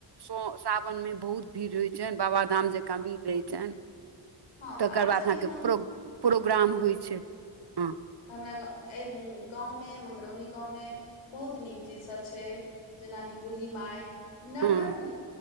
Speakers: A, on the right; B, on the left.
A: स सावन मे बहुत भीड़ होइ छनि बाबाधाम जकाँ भीड़ रहै छै
B: हँ
A: तकर
B: तऽ आब चली
A: बाद अहाँके
B: हम
A: प्रो प्रोग्राम होइ छै हँ
B: त हमरा गाँव में एहि गाँव मे मंगरौनी गाँव मे बहुत नीक चीजसभ छै जेनाकि बूढ़ी माइ नवरत्न
A: हँ